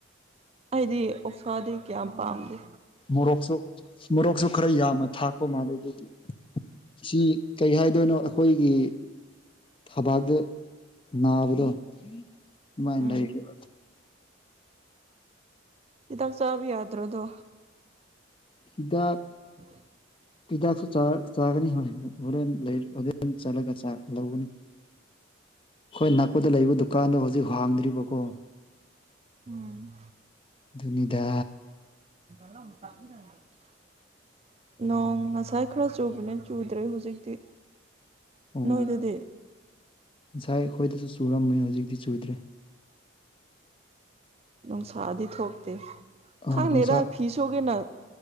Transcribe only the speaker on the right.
ꯑꯩꯗꯤ ꯑꯣꯁꯥꯗꯤ ꯀꯌꯥꯝ ꯄꯥꯝꯗꯦ
ꯎꯝ
ꯍꯤꯗꯛ ꯆꯥꯕ ꯌꯥꯗ꯭ꯔꯣ ꯑꯗꯣ
<inaudible>
ꯎꯝ
<inaudible> ꯅꯣꯡ ꯉꯁꯥꯏ ꯈꯔ ꯆꯨꯕꯅꯦ ꯆꯨꯗ꯭ꯔꯦ ꯍꯧꯖꯤꯛꯇꯤ
ꯅꯣꯏꯗꯗꯤ
ꯅꯨꯡꯁꯥꯗꯤ ꯊꯣꯛꯇꯦ
ꯈꯪꯗꯦꯗꯥ
ꯐꯤꯁꯨꯒꯦꯅ